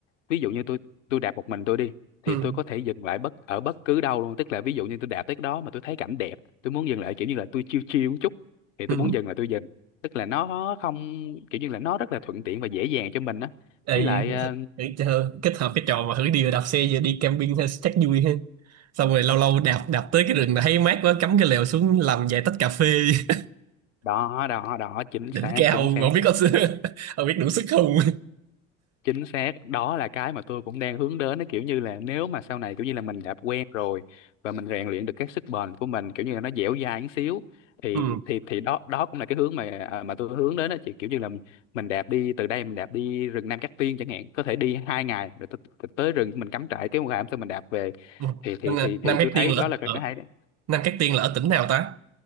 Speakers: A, on the left; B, on the right.
A: ví dụ như tôi tôi đạp một mình tôi đi thì
B: ừ.
A: tôi có thể dừng lại bất ở bất cứ đâu luôn tức là ví dụ như tôi đạp tới cái đó mà tôi thấy cảnh đẹp tôi muốn dừng lại kiểu như là tôi chill chill một chút thì
B: ừ.
A: tôi muốn dừng là tôi dừng tức là nó không kiểu như là nó rất là thuận tiện và dễ dàng cho mình á
B: Ê,
A: với
B: vậy
A: lại
B: thì
A: ờ,
B: thử chơi kết hợp cái trò mà thử đi đạp xe giờ đi camping hay chắc vui ha xong rồi lâu lâu đạp đạp tới cái rừng này thấy mát quá cắm cái lều xuống làm vài tách cà phê <laughs>
A: đó đó đó chính
B: đỉnh
A: xác
B: cao
A: chính xác
B: không biết có <laughs> không biết đủ sức không
A: chính xác đó là cái mà tôi cũng đang hướng đến nó kiểu như là nếu mà sau này kiểu như là mình đã quen rồi và mình rèn luyện được cái sức bền của mình kiểu như là nó dẻo dai một xíu thì
B: ừ.
A: thì thì đó đó cũng là cái hướng mà à, mà tôi hướng đến đó chị kiểu như là mình đạp đi từ đây mình đạp đi rừng Nam Cát Tiên chẳng hạn có thể đi hai ngày rồi tới, tới rừng mình cắm trại cái ngày hôm sau mình đạp về
B: ừ.
A: thì thì
B: Anh- à,
A: thì
B: Nam
A: thì tôi
B: Cát
A: thấy
B: Tiên
A: đó
B: là
A: là cái
B: ở
A: cái hay đấy
B: Nam Cát Tiên là ở tỉnh nào ta